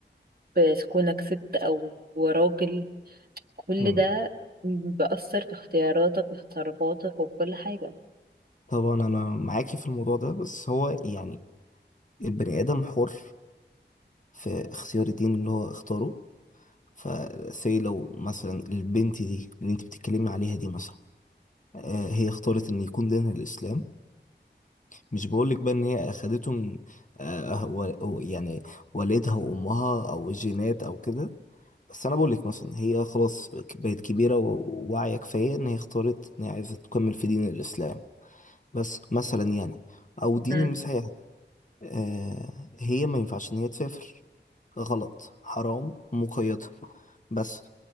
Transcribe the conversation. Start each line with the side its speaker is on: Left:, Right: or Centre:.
Right: بكونك ست أو راجل كل
Left: مم.
Right: ده بأثر في اختياراتك وفي تصرفاتك وفي كل حاجة
Left: طبعا انا معاكي في الموضوع ده بس هو يعني البني ادم حر في اختيار الدين اللي هو اختاره فسي لو مثلا البنت دي اللي انت بتتكلمي عليها دي مثلا آه، هي اختارت ان يكون دينها الاسلام مش بقولك بقى ان هي اخدته من آه هو هو- يعني والدها وامها او الجينات او كده بس انا بقولك مثلا هي خلاص ك- بقت كبيره و- وواعيه كفايه ان هي اختارت ان هي عايزه تكمل في دين الاسلام بس مثلا يعني او دين
Right: مم.
Left: المسيح آه هي ما ينفعش ان هي تسافر غلط حرام مقيدة بس